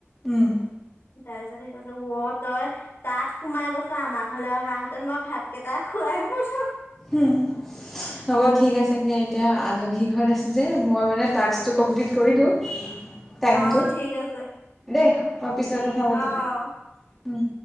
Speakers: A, in the centre; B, on the left.
A: উম।
B: তাৰপিছত সেই কৈছে উ, তই। তাত সোমাই গৈছ, আমাৰ ঘৰলৈ অহাহেতেন মই ভাতকেইটা খোৱাই পঠো
A: হুম। হ'ব ঠিক আছে দিয়া, এতিয়া আলহী ঘৰত আছোঁ যে মই মানে টাস্কটো কমপ্লিট কৰিলোঁ। টাইমটো,
B: অ ঠিক আছে
A: দেই মই পিছত কথা পাতিম
B: অ
A: উম।